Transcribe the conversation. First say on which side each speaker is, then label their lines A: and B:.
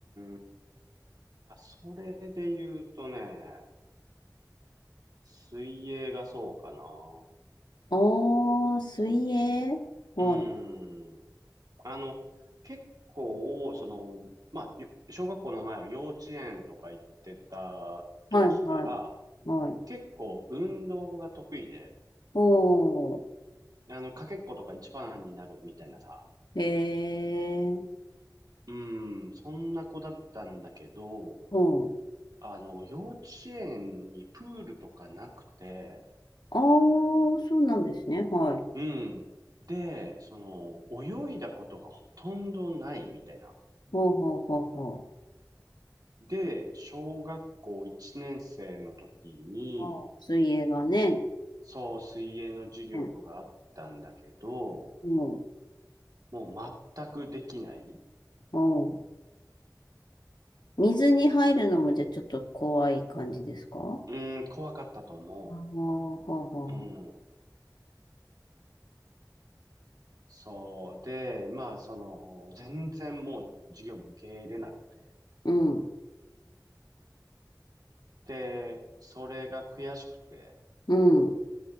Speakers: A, on the right; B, on the left.
A: ん、あ、それで言うとね、水泳がそうかな。う
B: おー、水泳はい、
A: ーん。あの、結構、その、まあ、ゆ小学校の前は幼稚園とか行ってた時から、
B: はい、はい、はい。
A: 結構運動が得意で、
B: おー。
A: あの、かけっことか一番になるみたいなさ、
B: ええ
A: うん、そんな子だったんだけど、
B: ほう。
A: あの、幼稚園にプールとかなくて、
B: ああ、そうなんですね。はい。
A: うん、で、その、泳いだことがほとんどないみたいな。
B: ほうほうほうほう。
A: で、小学校1年生の時に、
B: あー水泳がね、
A: そう、水泳の授業があったんだけど、
B: ねもう、
A: もう全くできない。
B: おう水に入るのもじゃあちょっと怖い感じですか
A: うん、怖かったと思
B: ああー、ほうほうほ
A: う。うん。そう。で、まあ、その、全然もう授業も受け入れなくて。
B: う。うん、
A: で、それが悔しくて、
B: うん。